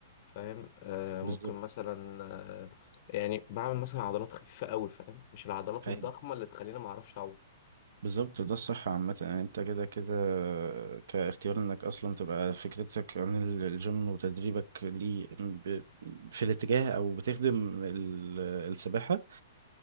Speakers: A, on the left; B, on the right.
A: فاهم آه
B: بالظبط
A: ممكن مثلا آه يعني بعمل مثلا عضلات خفيفة أوي فاهم مش العضلات الضخمة
B: أيوه
A: اللي تخليني معرفش أعوم
B: بالظبط ده الصح عامة يعني أنت كده كده كاختيار إنك أصلا تبقى فكرتك عن ال- الجيم وتدريبك ليه ب- في الاتجاه أو بتخدم ال- السباحة